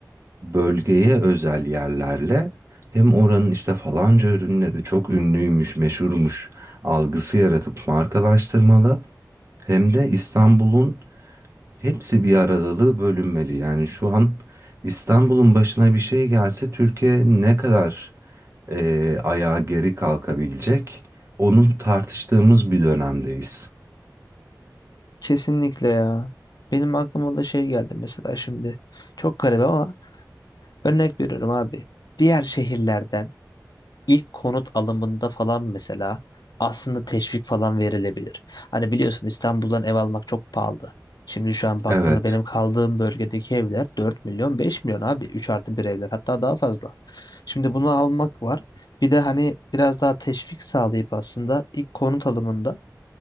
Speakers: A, on the right; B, on the left.
A: bölgeye özel yerlerle hem oranın işte falanca ürünleri çok ünlüymüş, meşhurmuş algısı yaratıp markalaştırmalı hem de İstanbul'un Hepsi bir aradalığı bölünmeli. Yani şu an İstanbul'un başına bir şey gelse Türkiye ne kadar eee, ayağa geri kalkabilecek? Onu tartıştığımız bir dönemdeyiz.
B: Kesinlikle ya. Benim aklıma da şey geldi mesela şimdi. Çok garip ama örnek veriyorum abi. Diğer şehirlerden İlk konut alımında falan mesela aslında teşvik falan verilebilir. Hani biliyorsun İstanbul'dan ev almak çok pahalı. Şimdi şu an baktığımda
A: Evet,
B: benim kaldığım bölgedeki evler 4 milyon 5 milyon abi 3 artı bir evler hatta daha fazla. Şimdi bunu almak var. Bir de hani biraz daha teşvik sağlayıp aslında ilk konut alımında